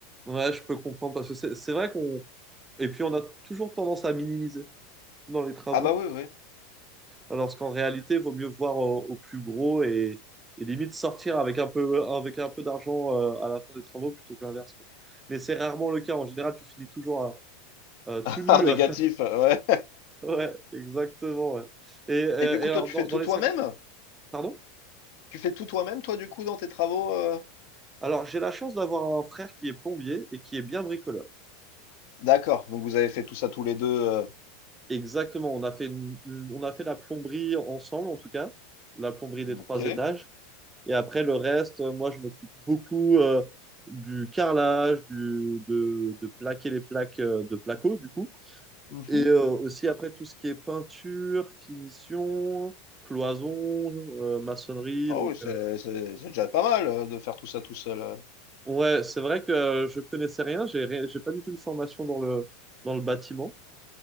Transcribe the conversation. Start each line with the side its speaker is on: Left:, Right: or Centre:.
Right: Ouais, je peux comprendre parce que c'est c'est vrai qu'on. Et puis, on a toujours tendance à minimiser dans les travaux.
Left: Ah bah, oui, oui.
Right: lorsqu'en réalité, il vaut mieux voir au, au plus gros et, et limite sortir avec un peu, avec un peu d'argent euh, à la fin des travaux plutôt que l'inverse, quoi. Mais c'est rarement le cas. En général, tu finis toujours euh, euh, tout
Left: <laughs>
Right: nu.
Left: Ah négatif,
Right: <laughs>
Left: ouais.
Right: Ouais, exactement. ouais. Et, et-
Left: Et du coup,
Right: et alors,
Left: toi, tu
Right: dans,
Left: fais tout
Right: dans les
Left: toi-même?
Right: 50 minutes, pardon?
Left: Tu fais tout toi-même, toi, du coup, dans tes travaux, heu?
Right: Alors, j'ai la chance d'avoir un frère qui est plombier et qui est bien bricoleur.
Left: D'accord, donc vous avez fait tout ça tous les deux. heu,
Right: Exactement. On a fait, une- une- on a fait la plomberie ensemble, en tout cas, la plomberie des
Left: OK.
Right: trois étages. Et après, le reste, euh, moi, je m'occupe beaucoup euh, du carrelage, du, de, de plaquer les plaques euh, de placo, du coup.
Left: Mmh
Right: Et euh, aussi, après, tout ce qui est peinture, finition, cloison, euh, maçonnerie.
Left: Ah
Right: Donc,
Left: oui, c'est
Right: euh,
Left: c'est c'est déjà pas mal, heu, de faire tout ça tout seul, heu.
Right: ouais, c'est vrai que euh, je connaissais rien. J'ai, ré- j'ai pas du tout une formation dans le, dans le bâtiment.